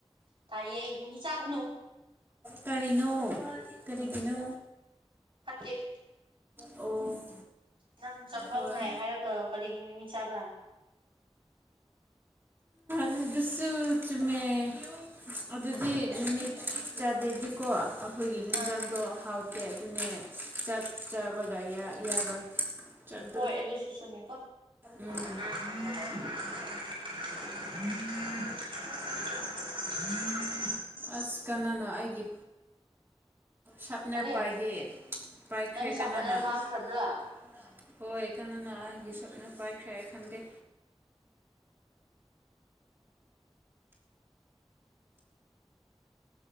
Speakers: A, on the right; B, on the right.
A: ꯇꯥꯏꯌꯦ ꯃꯤꯃꯤ ꯆꯒ
B: ꯀꯔꯤꯅꯣ ꯀꯔꯤꯒꯤꯅꯣ
A: ꯐꯠꯇꯦ
B: ꯑꯣ
A: ꯅꯪ ꯆꯥꯛꯈꯥꯎ
B: ꯍꯣꯏ
A: ꯅꯥꯏ ꯍꯥꯏꯔꯒ ꯀꯔꯤꯒꯤ ꯃꯤꯃꯤ ꯆꯥꯕ꯭ꯔꯥ <inaudible>
B: ꯑꯗꯨꯁꯨ ꯆꯨꯨꯃꯦ ꯑꯗꯨꯗꯤ ꯅꯨꯃꯤꯠ ꯆꯥꯗꯦꯗꯤꯀꯣ ꯑꯩꯈꯣꯏꯒꯤ ꯍꯤꯡꯖꯥꯡ
A: ꯑꯥ
B: ꯗꯣ ꯍꯥꯎꯇꯦ ꯑꯗꯨꯅꯦ ꯆꯥꯛ ꯆꯥꯕꯒ ꯌꯥꯔꯣꯏ ꯆꯠꯗꯨ
A: ꯍꯣꯏ ꯑꯗꯨꯁꯨ ꯆꯝꯃꯦꯀꯣ
B: ꯎꯝ
A: <unintelligible> <unintelligible>
B: ꯑꯁ ꯀꯅꯥꯅꯣ ꯑꯩꯒꯤ ꯁꯥꯞꯅꯔ
A: ꯀꯔꯤ
B: ꯄꯥꯏꯒꯦ ꯄꯥꯏꯈ꯭ꯔꯦ
A: ꯅꯪꯒꯤ ꯁꯥꯄꯟꯅꯔ
B: ꯀꯅꯥꯅ
A: ꯃꯥꯡꯈ꯭ꯔꯕ꯭ꯔꯥ
B: ꯁꯄꯅꯔ ꯃꯥꯡꯈꯔꯥꯕꯥꯔꯥ ꯍꯣꯏ ꯀꯅꯥꯅ ꯑꯩꯒꯤ ꯁꯞꯅꯔ ꯄꯥꯏꯈ꯭ꯔꯦ ꯑꯩ ꯈꯟꯗꯦ
A: <inaudible>